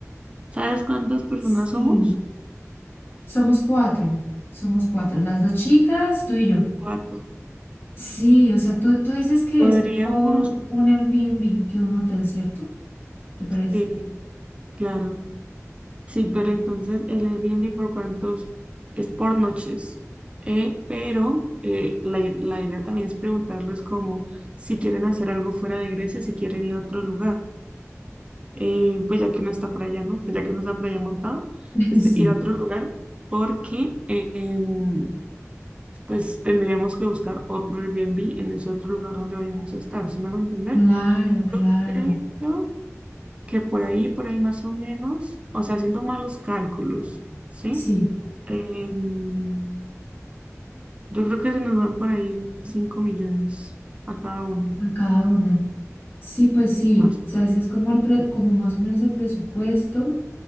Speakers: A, on the right; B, on the left.
A: ¿Sabes cuántas personas
B: Sí,
A: somos?
B: somos cuatro, somos cuatro, las dos chicas, tú y yo.
A: Cuatro.
B: Sí, o sea, tú, tú dices que
A: Podríamos,
B: es mejor un Airbnb que un hotel, ¿cierto? ¿Te parece?
A: sí, claro. Sí, pero entonces el Airbnb por cuántos es por noches. Eh, pero eh, la, i- la idea también es preguntarles como si quieren hacer algo fuera de Grecia, si quieren ir a otro lugar. Eh, pues ya que no está por allá, ¿no? <laughs> Ya que no está por allá montado,
B: <laughs>
A: este,
B: Sí,
A: ir a otro lugar porque eh, em, pues tendríamos que buscar otro Airbnb en ese otro lugar donde vayamos a estar, ¿sí me hago entender?
B: claro, claro.
A: Yo creo que por ahí, por ahí más o menos, o sea, haciendo malos cálculos, ¿sí?
B: Sí,
A: Em, yo creo que se nos van por ahí 5 millones a cada uno,
B: a cada una. Sí, pues sí.
A: más
B: O sea,
A: o menos.
B: ese es como, el pre- como más o menos el presupuesto.